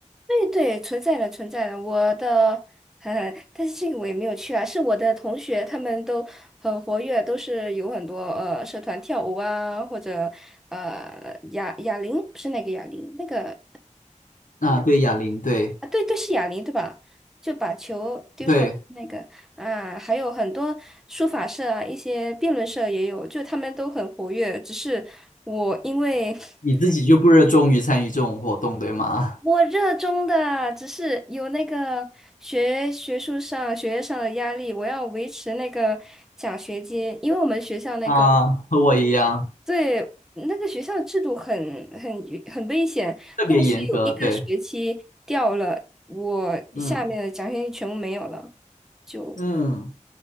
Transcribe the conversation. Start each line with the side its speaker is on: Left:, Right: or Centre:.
Centre: 对对，存在的存在的，我的，呃，但是这个我也没有去啊，是我的同学，他们都很活跃，都是有很多呃社团跳舞啊，或者呃哑哑铃，不是那个哑铃，那个
Left: 那对，哑铃，对
Centre: 啊，对对是哑铃对吧？就把球丢上那个啊，
Left: 对，
Centre: 还有很多书法社啊，一些辩论社也有，就他们都很活跃，只是我因为 <laughs>
Left: 你自己就不热衷于参与这种活动，对吗？
Centre: 我热衷的，只是有那个学学术上、学业上的压力，我要维持那个奖学金，因为我们学校那个
Left: 啊，和我一样，
Centre: 对那个学校制度很很很危险，
Left: 特别严格，
Centre: 要是有一个学期掉了，
Left: 对，
Centre: 我下面的奖学金全部没有了，
Left: 嗯
Centre: 就
Left: 嗯，